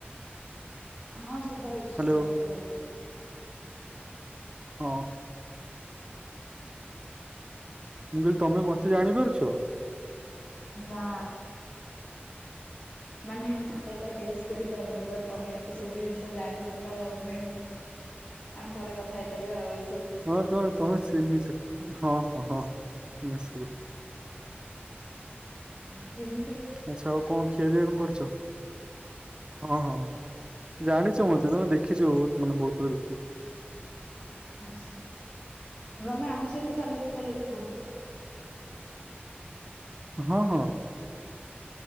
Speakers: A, on the left; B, on the right.
A: ହଁ ସୁଭାଉଚି
B: ହ୍ୟାଲୋ
A: ସୁଭାଉଚି କୁହ?
B: ହଁ। ମୁଁ କହିଲି ତମେ ମତେ ଜାଣିପାରୁଛ?
A: ନା। ମାନେ ମୁ ଏ ତ ଗେସ୍ କରିପାରୁନି ବଟ ତମେ ଏତେ ସବୁ ଜିନିଷ ଜାଣିଛ ତ ମେ ବି ଆମେ ପରେ କଥା ହେଇପାରିବା ଆଉ ଏସ୍‌
B: ହଁ ତମ ତମେ ଚିହ୍ନିଚ ହଁ ହଁ ହଁ। <unintelligible>
A: ହଁ ଚିନିଚ୍
B: ଆଛା ଆଉ କଣ ଖିଆ ପିଆ କଣ କରିଛ? ହଁ ହଁ। ଜାଣିଛ ମତେ ତମେ ଦେଖିଛ ବହୁତ ମାନେ ବହୁତ ଥର ଦେଖିଛ।
A: ଆଛା ତମେ ଆମ ସହିତ ସାଲେପୁର କଲେଜରେ ପଢୁଥିଲ?
B: <inaudible> ହଁ ହଁ।